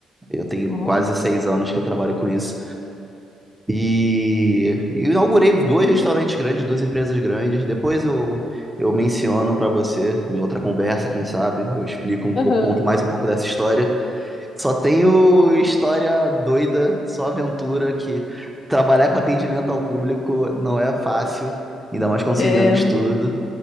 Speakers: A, in the centre; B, on the left.
A: Eu tenho
B: Olha
A: quase seis
B: só.
A: anos que eu trabalho com isso. E, e inaugurei dois restaurantes grandes, duas empresas grandes. Depois eu, eu menciono para você em outra conversa, quem sabe. Eu explico um
B: Aham.
A: pouco, conto mais um pouco dessa história. Só tenho história doida, só aventura que trabalhar com atendimento ao público não é fácil, ainda mais conciliando
B: É,
A: estudo.